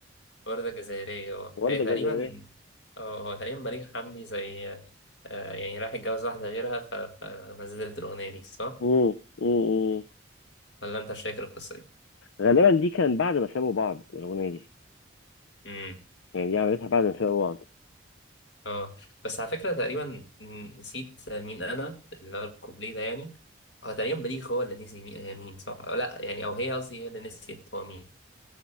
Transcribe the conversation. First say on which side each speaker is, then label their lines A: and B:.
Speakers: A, on the left (about 65°); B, on the left (about 75°).
A: وردة جزائرية اه
B: ورده
A: هي تقريبا
B: جزائريه
A: اه هو تقريبا بليغ حمدي زي آه يعني راح يتجوز واحدة غيرها ف... فنزلت الأغنية دي صح؟
B: مم، مم، مم.
A: ولا أنت مش فاكر القصة دي؟
B: غالبا دي كانت بعد ما سابوا بعض الاغنيه دي
A: امم
B: يعني دي عملتها بعد ما سابوا بعض
A: اه بس على فكرة تقريبا نسيت مين أنا اللي هو الكوبليه ده يعني هو تقريبا بليغ هو اللي نسي مين هي مين صح؟ أو لا يعني أو هي قصدي هي اللي نسيت هو مين